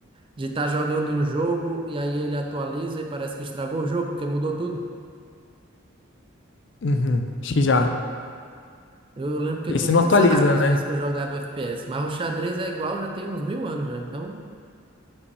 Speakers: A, on the right; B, on the left.
A: de estar jogando um jogo e aí ele atualiza e parece que estragou o jogo, porque mudou tudo.
B: Uhum, acho que já.
A: Eu lembro que
B: Esse
A: eu tinha muita
B: não atualiza,
A: essa raiva às
B: né?
A: vezes que eu jogava FPS, mas o xadrez é igual, já tem uns mil anos já, então